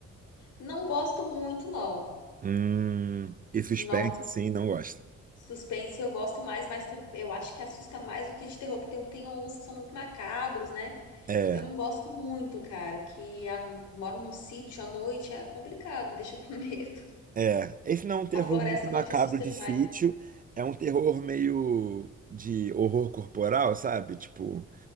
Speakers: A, on the left; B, on the right.
A: Não gosto muito, não.
B: Hum, e suspense,
A: Não,
B: sim, não gosta.
A: suspense eu gosto mais, mas tam- eu acho que assusta mais do que de terror, que terror tem alguns que são muito macabros, né?
B: é
A: Eu não gosto muito, cara, que a- moro num sítio à noite, é complicado, <laughs> me deixa com <laughs> medo.
B: É, esse não é um terror
A: A floresta
B: muito
A: à
B: macabro
A: noite assusta
B: de
A: demais.
B: sítio, é um terror meio de horror corporal, sabe? Tipo,